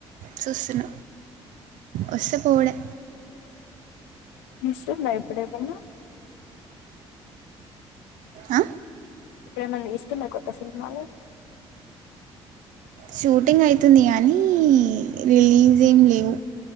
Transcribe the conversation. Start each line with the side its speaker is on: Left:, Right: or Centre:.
Right: చూస్తున్న వస్తే పోవుడే
Left: తీస్తుందా ఇప్పుడు ఏమైనా
Right: ఆ
Left: ఇప్పుడ ఏమన్నా చూస్తున్నారా కొత్త సినిమాలు
Right: షూటింగ్ అయితుంది కానీ రిలీజ్ ఏమి లేవు